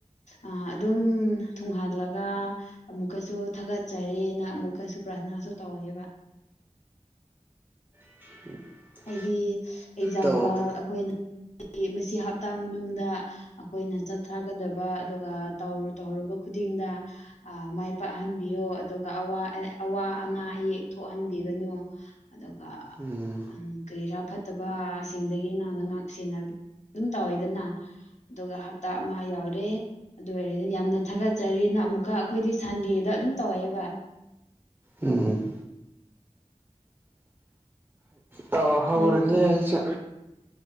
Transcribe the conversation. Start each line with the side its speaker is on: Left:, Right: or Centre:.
Left: ꯑ ꯑꯗꯨꯝ ꯊꯨꯡꯍꯜꯂꯒ ꯑꯃꯨꯛꯀꯁꯨ ꯊꯥꯒꯠꯆꯔꯦꯅ ꯑꯃꯨꯛꯀꯁꯨ ꯄ꯭ꯔꯥꯊꯅꯥꯁꯨ ꯇꯧꯋꯦꯕ
Right: <unintelligible>
Left: ꯍꯥꯏꯗꯤ ꯑꯦꯛꯖꯥꯝꯄꯜ
Right: ꯇꯧ
Left: ꯑꯩꯈꯣꯏꯅ ꯃꯁꯤ ꯍꯞꯇꯥ ꯃꯅꯨꯡꯗ ꯑꯩꯈꯣꯏꯅ ꯆꯠꯊꯒꯗꯕ ꯑꯗꯨ ꯒ ꯇꯧꯔꯨ ꯇꯧꯔꯨꯕ ꯈꯨꯗꯤꯡꯗ꯫ ꯑ ꯃꯥꯏ ꯄꯥꯛꯍꯟꯕꯤꯌꯣ ꯑꯗꯨꯒ ꯑꯋꯥ ꯑꯦ ꯑꯋꯥ ꯑꯅꯥ ꯑꯌꯦꯛ ꯊꯣꯛꯍꯟꯕꯤꯒꯅꯨ ꯑꯗꯨꯒ꯫
Right: ꯎꯝ
Left: ꯎꯝ, ꯀꯔꯤꯔꯥ ꯐꯠꯇꯕꯁꯤꯡꯗꯒꯤ ꯅꯪꯅ ꯉꯥꯛ ꯁꯦꯟꯅꯕꯤ ꯑꯗꯨꯝ ꯇꯧꯋꯦꯗꯅ꯫ ꯑꯗꯨꯒ ꯍꯞꯇꯥ ꯑꯃ ꯌꯥꯎꯔꯦ꯫ ꯑꯗꯨ ꯑꯣꯏꯔꯗꯤ ꯌꯥꯝꯅ ꯊꯥꯒꯠꯆꯔꯤꯅ ꯑꯃꯨꯛꯀ ꯑꯩꯈꯣꯏꯗꯤ ꯁꯟꯗꯦꯗ ꯑꯗꯨꯝ ꯇꯧꯋꯦꯕ꯫
Right: ꯎꯎꯝ ꯇꯧ ꯍꯧꯔꯒꯦ
Left: ꯑꯌꯨꯛꯇꯣ
Right: ꯑꯩꯁꯨ